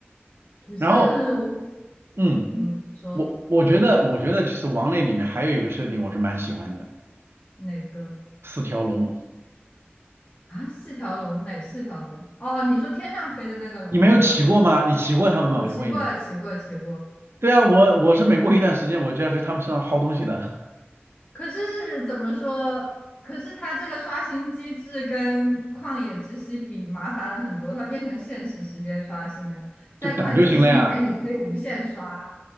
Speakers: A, on the left (about 35°); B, on the right (about 70°).
A: 可是
B: 然后
A: 我，
B: 嗯。
A: 嗯，说
B: 我我觉得，我觉得其实王类里面还有一个设定我是蛮喜欢的，
A: 哪个
B: 四条龙。
A: 啊？四条龙哪四条龙？哦，你说天上飞的那个龙是吧？
B: 你没有骑过吗？你骑过他们吗？
A: 我骑过，
B: 我先问一下。
A: 骑过，骑过。
B: 对啊，我我是每过一段时间我就要去他们身上薅东西的，
A: 可是怎么说？可是它这个刷新机制跟旷野之息比麻烦了很多，它变成限时时间刷新了。
B: <laughs>
A: 在旷野之息里面，
B: 就等就行了呀。
A: 你可以无限刷。